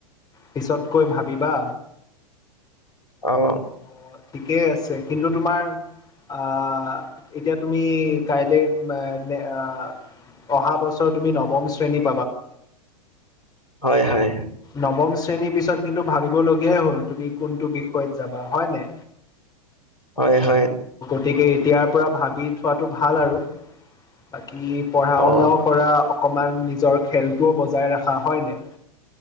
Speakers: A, on the left (about 20°); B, on the left (about 80°).
A: পিছতকৈ ভাবিবা।
B: আহ।
A: অ ঠিকেই আছে কিন্তু তোমাৰ। আহ এতিয়া তুমি কাইলে আহ। অহা বছৰ তুমি নৱম শ্ৰেণীত।
B: হয়, হয়।
A: নৱম শ্ৰেণীৰ পিছত কিন্তু ভাবিবলগীয়াই হ'ল তুমি কোনটো বিষয়ত যাবা হয় নে।
B: হয়, হয়।
A: গতিকে এতিয়াৰ পৰা ভাবি থোৱাতটো ভাল আৰু বাকী। পঢ়া
B: অ
A: শুনাও কৰা অকমান নিজৰ খেলটোও বজাই ৰখা হয়নে।